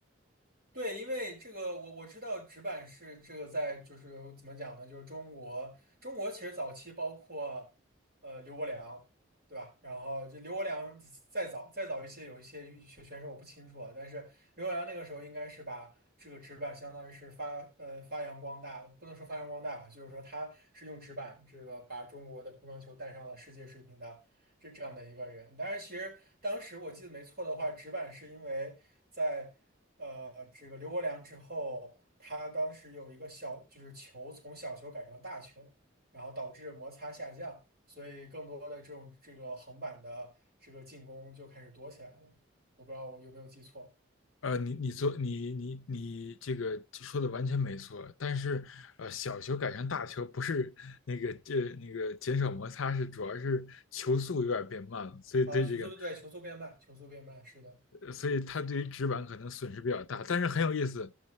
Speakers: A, on the right; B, on the left.
A: 对，因为这个我我知道纸板是这个在就是怎么讲呢？就是中国中国其实早期包括呃刘国梁，对吧？然后这刘国梁再早再早一些有一些羽选选手我不清楚啊，但是刘国梁那个时候应该是把这个纸板相当于是发呃发扬光大，不能说发扬光大吧，就是说他是用纸板这个把中国的乒乓球带上了世界水平的是这样的一个人。但是其实当时我记得没错的话，直板是因为在呃这个刘国梁之后，他当时有一个小就是球从小球改成大球，然后导致摩擦下降，所以更多的这种这个横板的这个进攻就开始多起来了。我不知道我有没有记错
B: 呃，你你做你你你这个说的完全没错，但是呃，小球改成大球不是那个这、那个减少摩擦，是主要是球速有点变慢了，所以对这个
A: 啊？球速对，球速变慢，球速变慢，是的，
B: 呃所以它对于纸板可能损失比较大。但是很有意思，